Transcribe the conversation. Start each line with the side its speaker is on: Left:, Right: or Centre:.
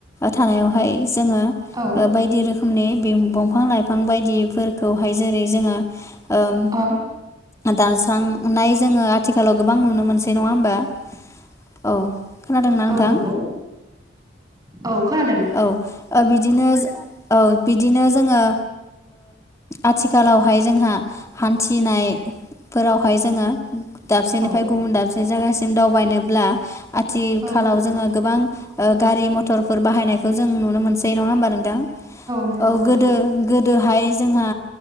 Left: थानायावहाय जोङो
Right: औ
Left: बायदि रोखोमनि बंफां लाइफां बायदिफोरखौहाय जेरै जोङो ओम
Right: औ
Left: दानस्रांनाय जोङो आथिखालाव गोबां नुनो मोनसै नङा होमबा औ खोनादोंना नोंथां?
Right: औ नंगौ औ खोनादों।
Left: औ बिदिनो औ बिदिनो जोङो आथिखालावहाय जोंहा हान्थिनायफोरावहाय जोङो दाबसेनिफ्राय
Right: औ
Left: गुबुन दाबसे जायगासिम दावबायनोब्ला आथिखालाव
Right: औ
Left: जोङो गोबां गारि मथरफोर बाहायनायखौ जों नुनो मोनसै नङा होमबा नोंथां?
Right: नंगौ
Left: औ
Right: नोंथां
Left: गोदो गोदोहाय जोंहा